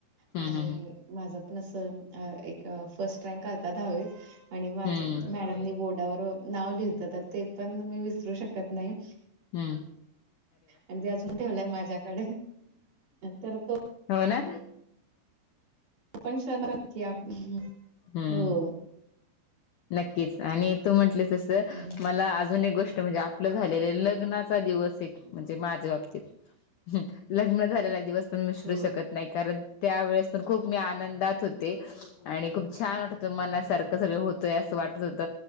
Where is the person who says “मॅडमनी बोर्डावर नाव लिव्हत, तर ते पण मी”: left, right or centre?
Right